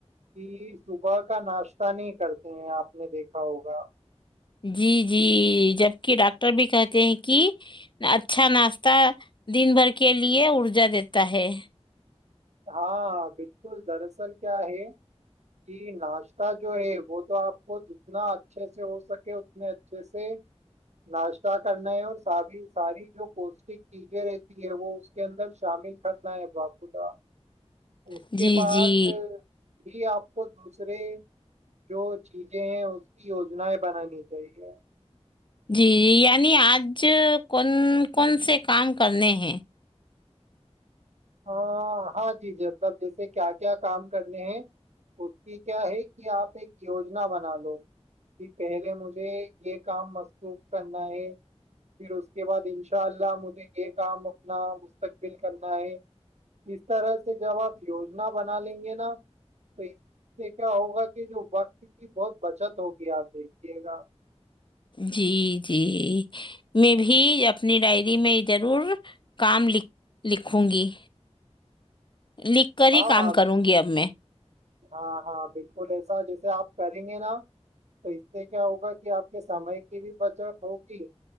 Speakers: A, on the right (about 85°); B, on the left (about 45°).
A: کہ صبح کا ناشتہ نہیں کرتے ہیں آپ نے دیکھا ہوگا
B: جی جی جبکہ ڈاکٹر بھی کہتے ہیں کہ اچھا ناشتہ دن بھر کے لیے ارجا دیتا ہے
A: ہاں بالکل دراصل کیا ہے کہ ناشتہ جو ہے وہ تو آپ کو جتنا اچھے سے ہو سکے اتنے اچھے سے ناشتہ کرنا ہے اور ساری ساری جو پوشٹک چیزیں رہتی ہے وہ اس کے اندر شامل کرنا ہے با خدا اس
B: جی
A: کے بعد
B: جی
A: بھی آپ کو دوسرے جو چیزیں ہیں اس کی یوجناائیں بنانی چاہیے
B: جی جی یعنی آج کون کون سے کام کرنے ہیں
A: ہاں ہاں جی جب جیسے کیا کیا کام کرنے ہیں اس کی کیا ہے کہ آپ ایک یوجنا بنا لو کہ پہلے مجھے یہ کام مصوخ کرنا ہے پھر اس کے بعد ان شاء اللہ مجھے یہ کام اپنا مستقبل کرنا ہے اس طرح سے جب آپ یوجنا بنا لیں گے نا تو اس سے کیا ہوگا کہ جو وقت کی بہت بچت ہوگی آپ دیکھیے گا
B: جی جی میں بھی اپنی ڈائری میں ضرور کام لہ لکھوں گی لکھ کر ہی
A: ہاں
B: کام کروں گی اب میں
A: ہاں ہاں بالکل ایسا جیسے آپ کریں گے نا تو اس سے کیا ہوگا کہ آپ کے سمے کی بھی بچت ہوگی